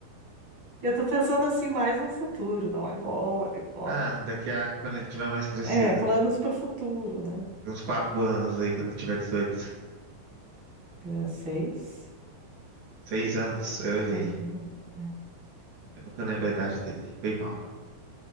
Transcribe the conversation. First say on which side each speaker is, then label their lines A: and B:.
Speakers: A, on the right (about 40°); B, on the right (about 60°).
A: eu tô pensando, assim, mais no futuro, não agora, agora.
B: Ah, daqui a quando ele tiver mais crescido.
A: É, planos pro futuro, né?
B: Uns quatro anos aí, quando ele tiver 18,
A: É, seis.
B: Seis anos, eu errei.
A: É. é.
B: Eu nunca lembro a idade dele. Foi mal.